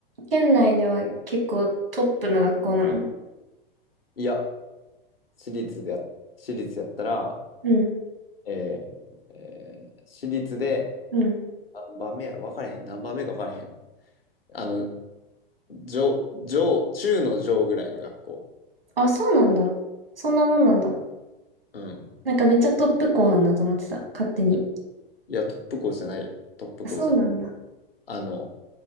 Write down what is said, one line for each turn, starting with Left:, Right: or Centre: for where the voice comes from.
Right: 県内では結構トップの学校なの
Left: いや、私立でや、私立やったら、
Right: うん。
Left: えーえー私立で、
Right: うん。
Left: 何番目やろ分かれへん。何番目か分かれへん。あの、上、上、中の上ぐらいの学校。
Right: あ、そうなんだ。そんなもんなんだ。
Left: うん。
Right: なんかめっちゃトップ校なんだと思ってた。勝手に。
Left: いや、トップ校じゃないよ。トップ校じゃない。
Right: あ、そうなんだ。
Left: あの、